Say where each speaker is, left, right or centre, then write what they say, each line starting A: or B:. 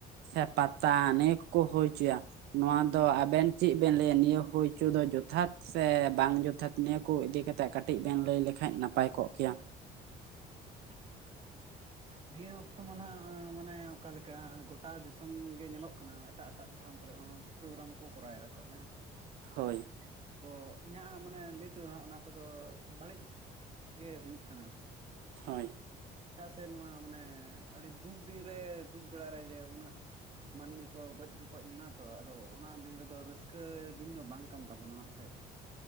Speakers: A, on the right (about 75°); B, on the right (about 35°).
A: ᱥᱮ ᱯᱟᱛᱟ ᱱᱤᱭᱟᱹ ᱠᱚᱠᱚ ᱦᱩᱭ ᱦᱚᱪᱚᱭᱟ ᱱᱚᱣᱟ ᱫᱚ ᱟᱵᱮᱱ ᱪᱮᱫ ᱵᱮᱱ ᱞᱟᱹᱭᱟ? ᱱᱤᱭᱟᱹ ᱦᱩᱭᱪᱚ ᱫᱚ ᱡᱚᱛᱷᱟᱛ ᱥᱮ ᱵᱟᱝ ᱡᱚᱛᱷᱟᱛ ᱱᱤᱭᱟᱹ ᱠᱚ ᱤᱫᱤ ᱠᱟᱛᱮᱜ ᱠᱟᱹᱴᱤᱡ ᱵᱮᱱ ᱞᱟᱹᱭ ᱞᱮᱠᱷᱟᱡ ᱱᱟᱯᱟᱭ ᱠᱚᱜ ᱠᱮᱭᱟ᱾
B: <unintelligible> ᱱᱤᱭᱟᱹ ᱚᱠᱛᱚ ᱢᱟ ᱱᱟᱦᱟᱜ ᱢᱟᱱᱮ ᱚᱠᱟᱞᱮᱠᱟ ᱜᱚᱴᱟ ᱫᱤᱥᱚᱢ ᱜᱮ ᱧᱮᱞᱚᱜ ᱠᱟᱱᱟ ᱮᱴᱟᱜ ᱮᱴᱟᱜ ᱴᱷᱟᱶ ᱠᱚᱨᱮ ᱦᱚᱸ ᱯᱳᱜᱨᱟᱢ ᱠᱚ ᱠᱚᱨᱟᱣ ᱮᱫᱟᱠᱚ ᱦᱮᱸ
A: ᱦᱳᱭ
B: ᱛᱚ ᱤᱧᱟᱹᱜ ᱢᱟᱱᱮ ᱞᱟᱹᱭ ᱛᱮᱫᱚ ᱦᱟᱸᱜ ᱚᱱᱟ ᱠᱚᱫᱚ ᱵᱟᱹᱲᱤᱡ ᱜᱮ ᱦᱩᱭᱩᱜ ᱠᱟᱱᱟ᱾
A: ᱦᱳᱭ
B: ᱪᱮᱫᱟᱜ ᱥᱮ ᱱᱚᱣᱟ ᱢᱟᱱᱮ ᱟᱹᱰᱤ ᱫᱩᱠ ᱫᱤᱱᱮ ᱫᱩᱠ ᱵᱮᱲᱟᱨᱮ ᱡᱮ ᱩᱱᱟᱹᱜ ᱢᱟᱹᱱᱢᱤ ᱠᱚ ᱜᱚᱡ ᱜᱚᱯᱚᱡ ᱞᱮᱱᱟ ᱛᱚ᱾ ᱟᱫᱚ ᱚᱱᱟ ᱫᱤᱱ ᱨᱮᱫᱚ ᱨᱟᱹᱥᱠᱟᱹ ᱫᱤᱱ ᱫᱚ ᱵᱟᱝ ᱠᱟᱱ ᱛᱟᱵᱚᱱᱟ ᱦᱟᱸᱜ ᱥᱮ <inaudible>